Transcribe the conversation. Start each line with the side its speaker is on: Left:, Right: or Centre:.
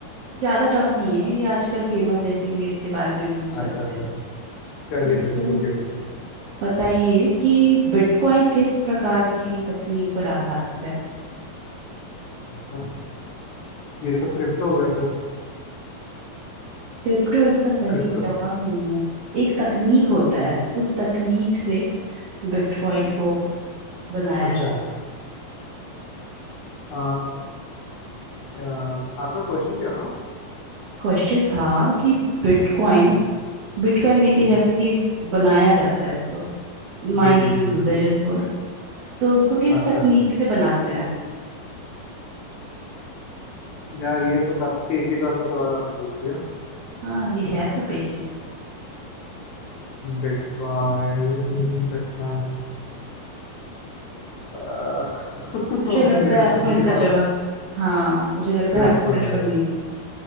Right: ज्यादा टफ नहीं है ये आजकल फेमस है इसीलिए इसके बारे में पूछ
Left: अच्छा
Right: सकते
Left: अच्छा अच्छा चलिए
Right: हैं
Left: चलिए
Right: ये
Left: पूछिए पूछिए
Right: बताइए कि बिटकॉइन किस प्रकार की तकनीक पर आधारित है
Left: अच्छा ये तो क्रिप्टो हो गया फिर
Right: क्रिप्टो इसका सही
Left: क्रिप्टो
Right: जवाब नहीं है एक तकनीक होता है उस तकनीक से बिटकॉइन को बनाया
Left: अच्छा
Right: जा
Left: आ, अ, आपका क्वेश्चन क्या था
Right: क्वेश्चन था कि बिटकॉइन
Left: हम्म,
Right: बिटकॉइन देखिए
Left: हम्म,
Right: जैसे कि बनाया जाता है इसको माइनिंग
Left: जी जी जी जी
Right: बोलते हैं
Left: जी
Right: जिसको ना तो उसको किस
Left: अच्छा
Right: तकनीक
Left: अच्छा।
Right: से बनाते हैं
Left: यार ये तो काफी पेचीदा सा सवाल आपने पूछ लिया
Right: हाँ ये है तो पेचीदा
Left: Bitcoin bitcoin <laughs>
Right: मुझे लगता
Left: मेरे
Right: है
Left: को
Right: आपको
Left: नहीं
Right: इसका
Left: मालूम
Right: जवाब हाँ मुझे लगता
Left: बिल्कुल
Right: है आपको इसका
Left: नहीं
Right: जवाब नहीं
Left: पता
Right: पता।